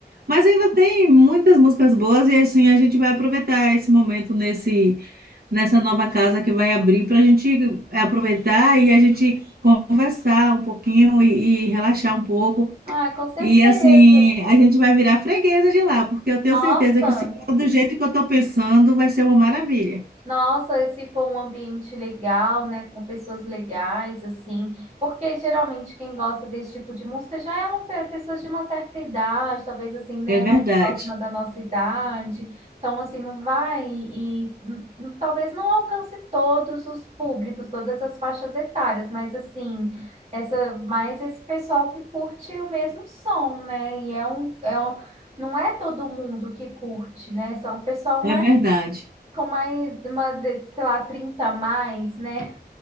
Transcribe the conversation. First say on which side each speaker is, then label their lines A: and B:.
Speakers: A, on the right; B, on the right.
A: Mas ainda tem muitas músicas boas e assim a gente vai aproveitar esse momento nesse nessa nova casa que vai abrir para a gente aproveitar e a gente conversar um pouquinho e, e relaxar um pouco.
B: Ah, com certeza.
A: E assim, a gente vai virar freguesa de lá, porque eu tenho
B: Nossa,
A: certeza que se for do jeito que eu estou pensando, vai ser uma maravilha.
B: Nossa, e se for um ambiente legal, né, com pessoas legais, assim, porque geralmente quem gosta desse tipo de música já é uma pe- pessoa de uma certa idade, talvez assim, né,
A: É verdade,
B: mais próxima da nossa idade, então assim, não vai e, n- n- talvez não alcance todos os públicos, todas as faixas etárias, mas assim, essa, mais esse pessoal que curte o mesmo som, né, e é um, é um, não é todo mundo que curte, né, são o pessoal mais
A: é verdade,
B: com mais, uma, de- sei lá, 30 a mais, né?